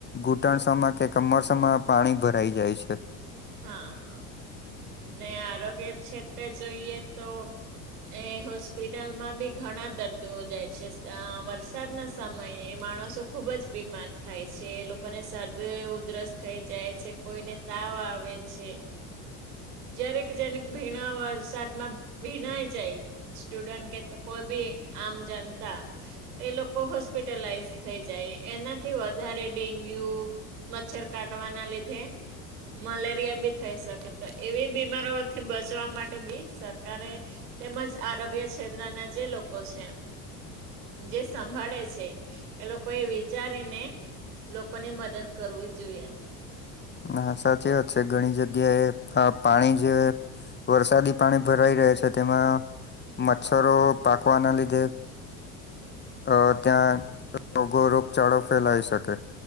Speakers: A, on the left; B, on the right.
A: ઘૂંટણસમાં કે કમરસામાં પાણી ભરાઈ જાય છે.
B: હા હા, ને આરોગ્ય ક્ષેત્રે જોઈએ તો એ હોસ્પિટલમાં બી ઘણા દર્દીઓ જાય છે આ વરસાદના સમયે માણસો ખુબ જ બીમાર થાય છે એ લોકોને શરદી ઉધરસ થઈ જાય છે કોઈને તાવ આવ આવે છે, જ્યારેક જનેક ભીણા વરસાદમાં ભીનાઇ જાય. સ્ટુડેન્ટ કે તો કોઈ ભી આમ જનતા. એ લોકો હોસ્પિટલાઈઝ થઈ જાય એનાથી વધારે ડેન્ગ્યુ. મચ્છર કાટવાના લીધે. મલેરિયા બી થઈ શકે તો એવી બીમારીઓથી બચવા માટે બી સરકારે. તેમજ આરોગ્ય ક્ષેત્રના જે લોકો છે. જે સંભાળે છે, એ લોકો એ વિચારીને લોકોની મદદ કરવું જોઈએ.
A: ના સાચ વાત છે ઘણી જગ્યાએ આ પાણી જે વરસાદી પાણી ભરાઈ રહે છે તેમાં મચ્છરો પાકવાના લીધે. અ ત્યાં રોગો રોગચાળો ફેલાઈ શકે.